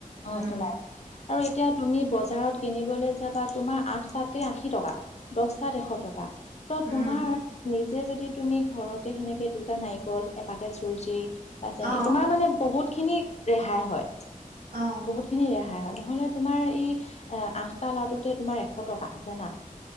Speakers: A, on the left; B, on the right.
A: অ
B: উম
A: ওলাই যাব আৰু এতিয়া তুমি বজাৰত। কিনিবলৈ যাবা তোমাৰ আঠটাতে আশী টকা। দশ টাত এশ টকা। ত তোমাৰ
B: উম
A: নিজ যদি তুমি ঘৰতে সেনেকে দুটা নাৰিকল, এপাকেট চুৰ্জি বা চেনী,
B: অ
A: তোমাৰ মানে বহুত খিনি ৰেহাই হয়।
B: অ
A: বহুত খিনি ৰেহাই হয় নহলে তোমাৰ এই এ আঠটা লাডুতে তোমাৰ এশ টকা। জানা?